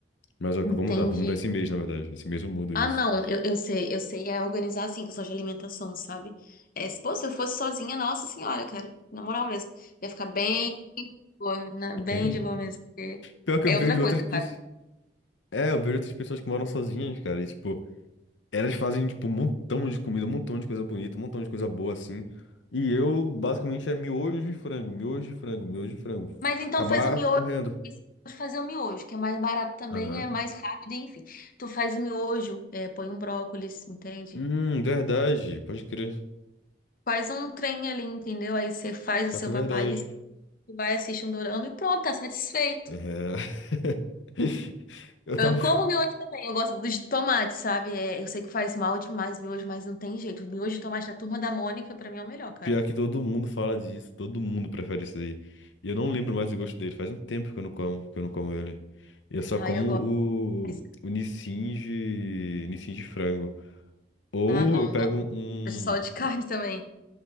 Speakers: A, on the left; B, on the left.
A: Mas ó, que
B: Entendi.
A: eu vou mudar, vou mudar esse mês, na verdade. Esse mês eu mudo isso.
B: Ah, não, eu, eu sei, eu sei, é organizar assim, questão de alimentação, sabe? É, se, pô, se eu fosse sozinha, nossa senhora, cara, na moral mesmo, ia ficar bem, de boa, na-
A: <laughs>
B: bem de boa mesmo. porque
A: Pior que
B: É
A: eu vejo
B: outra coisa,
A: outras pessoas.
B: cara.
A: É, eu vejo outras pessoas que moram sozinhas, cara. E, tipo, elas fazem, tipo, um montão de comida, um montão de coisa bonita, um montão de coisa boa, assim. E eu, basicamente, é miojo de frango, miojo de frango, miojo de frango.
B: Mas então
A: Acabar
B: faz o miojo,
A: morrendo.
B: esqueci de fazer o miojo, que é mais barato também,
A: Aham.
B: é mais rápido, enfim. Tu faz o miojo, é, põe um brócolis, entende?
A: Hum, verdade. Pode crer.
B: Faz um trem ali, entendeu? Aí você faz o
A: Pior
B: seu
A: que é
B: papalis,
A: verdade.
B: vai, assiste um dorama e pronto, tá satisfeito.
A: É. <laughs> Eu
B: Eu
A: tava.
B: como miojo também, eu gosto dos de tomate, sabe? É, eu sei que faz mal demais o miojo, mas não tem jeito. O miojo de tomate da Turma da Mônica, pra mim, é o melhor, cara.
A: Pior que todo mundo fala disso, todo mundo prefere isso aí. E eu não lembro mais o gosto dele, faz um tempo que eu não como, que eu não como ele. Eu só
B: Aí
A: como
B: eu gosto. mas-
A: o, o Nissin de, Nissin de frango. Ou
B: Ah, não,
A: eu
B: não
A: pego
B: gosto
A: um
B: só de <laughs> carne
A: um
B: também.